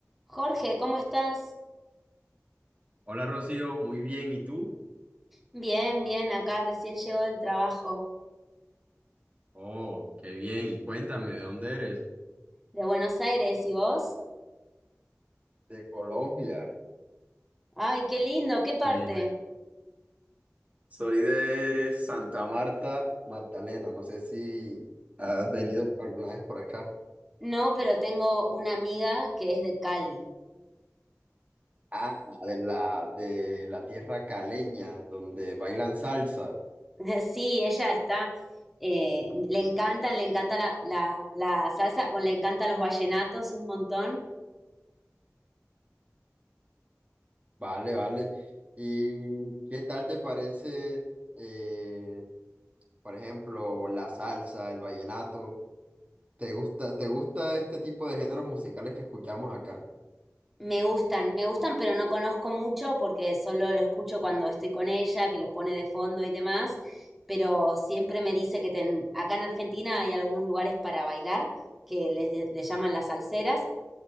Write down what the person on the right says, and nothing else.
Hola Rocío, muy bien, ¿y tú?
Oh, qué bien, y cuéntame, ¿de dónde eres?
De Colombia.
Soy, Soy de Santa Marta, Magdalena. No sé si has venido alguna vez por acá.
Ah, de la, de la tierra caleña, donde bailan salsa.
Vale, vale. ¿Y qué tal te parece, eh, por ejemplo, la salsa, el vallenato? ¿Te gusta, te gusta este tipo de géneros musicales que escuchamos acá?